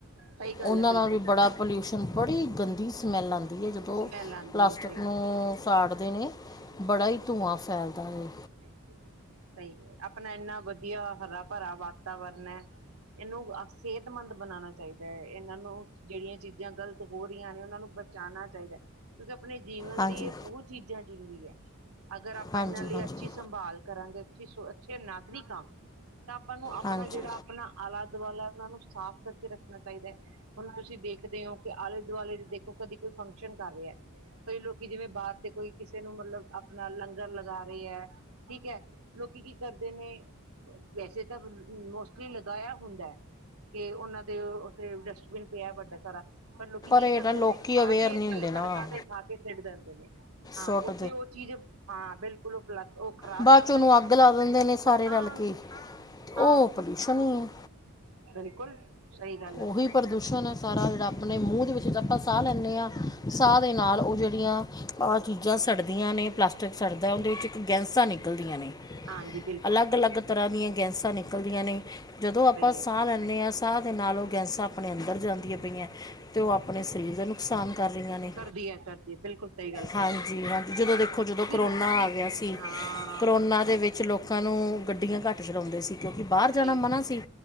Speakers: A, on the right; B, on the left.
A: ਸਹੀ ਗੱਲ
B: ਉਹਨਾਂ
A: ਏ ਬਿਲਕੁਲ
B: ਨਾਲ ਵੀ ਬੜਾ ਪੋਲਿਊਸ਼ਨ, ਬੜੀ ਗੰਦੀ ਸਮੈਲ ਆਂਦੀ ਏ, ਜਦੋਂ
A: ਸਮੈਲ ਆਉਂਦੀ
B: ਪਲਾਸਟਕ
A: ਹੈ ਸਹੀ
B: ਨੂੰ ਸਾੜਦੇ ਨੇ, ਬੜਾ ਹੀ ਧੂੰਆਂ ਫੈਲਦਾ ਏ।
A: ਸਹੀ ਗਲ, ਆਪਣਾ ਏਨਾ ਵਧੀਆ ਹਰਾ-ਭਰਾ ਵਾਤ ਵਾਤਾਵਰਨ ਏ, ਇਹਨੂੰ ਸਿਹਤਮੰਦ ਬਣਾਣਾ ਚਾਹੀਦਾ ਏ। ਇਹਨਾਂ ਨੂੰ ਜਿਹੜੀਆਂ ਚੀਜ਼ਾਂ ਗਲਤ ਹੋ ਰਹੀਆਂ ਨੇ ਉਹਨਾਂ ਨੂੰ ਬਚਾਣਾ ਚਾਹੀਦਾ ਏ। ਕਿਉਂਕਿ ਆਪਣੇ ਜੀਵਨ
B: ਹਾਂਜੀ
A: ਲਈ ਇਹ ਬਹੁਤ ਚੀਜ਼ਾਂ ਜ਼ਰੂਰੀ ਹੈ, ਅਗਰ ਆਪਾਂ
B: ਹਾਂਜੀ
A: ਇਹਨਾ ਲਈ
B: ਹਾਂਜੀ
A: ਅੱਛੀ ਸੰਭਾਲ ਕਰਾਂਗੇ ਅੱਛੀ ਸ ਅੱਛੇ ਨਾਗਰਿਕ ਆ ਤਾਂ ਆਪਾਂ ਨੂੰ ਆਪਣਾ
B: ਹਾਂਜੀ
A: ਜੇੜਾ ਆਪਣਾ ਆਲਾ-ਦੁਵਾਲਾ ਏਨਾ ਨੂੰ ਸਾਫ ਕਰਕੇ ਰੱਖਣਾ ਚਾਹੀਦਾ ਏ। ਹੁਣ ਤੁਸੀ ਦੇਖਦੇ ਹੋ ਕਿ ਆਲੇ ਦੁਆਲੇ ਦੇ ਦੇਖੋ ਕਦੇ ਕੋਈ ਫੰਕਸ਼ਨ ਕਰ ਰਿਹਾ। ਕਈ ਲੋਕ ਜਿਵੇ ਬਾਰ ਤੇ ਕੋਈ ਕਿਸੇ ਨੂੰ ਮਤਲਬ ਆਪਣਾ ਲੰਗਰ ਲਗਾ ਰਹੇ ਐ। ਠੀਕ ਐ, ਲੋਕੀ ਕੀ ਕਰਦੇ ਨੇ ਵੈਸੇ ਤਾਂ ਮੋਸਟਲੀ ਲਗਾਇਆ ਹੁੰਦਾ ਐ। ਕਿ ਉਨਾ ਦੇ ਉੱਥੇ ਡਸਟਬਿਨ ਪਿਆ ਵੱਡਾ ਸਾਰਾ ਪਰ ਲੋਕੀ ਕੀ
B: ਇਹ
A: ਖਾਂਦੇ
B: ਨਾ ਲੋਕੀ
A: ਨੇ, ਖਾ
B: ਅਵੇਅਰ
A: ਕੇ
B: ਨਹੀਂ
A: ਥਲੇ
B: ਹੁੰਦੇ ਨਾ
A: ਸੜਕਾਂ ਤੇ ਖਾ ਕੇ ਸਿੱਟ ਦਿੰਦੇ ਨੇ। ਹਾਂ
B: ਸੁੱਟ
A: ਉੱਥੇ ਉਹ ਚੀਜ਼, ਹਾਂ ਬਿਲਕੁਲ ਉਹ ਪਲੱਸ ਉਹ ਖ਼ਰਾਬ
B: ਬਾਦ
A: ਕਰਦਾ
B: ਚੋ ਓਨੂੰ
A: ਹੈ
B: ਅੱਗ ਲਾ ਦਿੰਦੇ ਨੇ ਸਾਰੇ
A: ਹਾਂ
B: ਰਲ ਕੇ ਉਹ
A: ਹਾਂ
B: ਪੋਲੂਸ਼ਨ ਹੀ ਐ,
A: ਬਿਲਕੁਲ ਸਹੀ ਗੱਲ ਹੈ
B: ਉਹੀ ਪ੍ਰਦੂਸ਼ਣ ਹੈ ਸਾਰਾ ਜੇੜਾ ਆਪਣੇ ਮੂੰਹ ਦੇ ਵਿੱਚ, ਆਪਾਂ ਸਾਹ ਲੈਂਦੇ ਹਾਂ ਸਾਹ ਦੇ ਨਾਲ ਉਹ ਜੇੜੀਆਂ ਆਹ ਚੀਜ਼ਾਂ ਸੜਦੀਆਂ ਨੇ ਪਲਾਸਟਿਕ ਸੜਦਾ ਉਹਦੇ ਵਿੱਚ ਇੱਕ ਗੈਸਾ ਨਿਕਲਦੀਆਂ ਨੇ।
A: ਹਾਂਜੀ ਬਿਲਕੁਲ
B: ਅਲੱਗ-ਅਲੱਗ ਤਰ੍ਹਾਂ ਦੀਆਂ ਗੈਸਾਂ ਨਿਕਲਦੀਆਂ ਨੇ ਜਦੋਂ
A: ਸਹੀ
B: ਆਪਾ
A: ਹੈ
B: ਸਾਹ ਲੈਣੇ ਆ। ਸਾਹ ਦੇ ਨਾਲ ਉਹ ਗੈਸਾਂ ਆਪਣੇ ਅੰਦਰ ਜਾਂਦੀਆਂ ਪਈਆਂ ਤੇ ਉਹ ਆਪਣੇ ਸਰੀਰ ਦੇ ਨੁਕਸ਼ਾਨ ਕਰ ਰਹੀਆਂ ਨੇ,
A: ਕਰਦੀ ਹੈ ਕਰਦੀ ਹੈ ਬਿਲਕੁਲ ਸਹੀ ਗੱਲ ਸਹੀ
B: ਹਾਂਜੀ-ਹਾਂਜੀ
A: ਹੈ
B: ਜਦੋਂ ਦੇਖੋ ਜਦੋਂ
A: ਕਿਉਂਕਿ
B: ਕਰੋਨਾ
A: ਰੁੱਖਾਂ ਦੀ
B: ਆ ਗਿਆ ਸੀ।
A: ਹਾਂ
B: ਕਰੋਨਾ ਦੇ ਵਿੱਚ ਲੋਕਾਂ ਨੂੰ ਗੱਡੀਆਂ ਘੱਟ ਚੱਲਾਦੇ ਸੀ। ਕਿਉਕਿ ਬਾਹਰ ਜਾਣਾ
A: ਸਹੀ
B: ਮਨਾ
A: ਗੱਲ
B: ਸੀ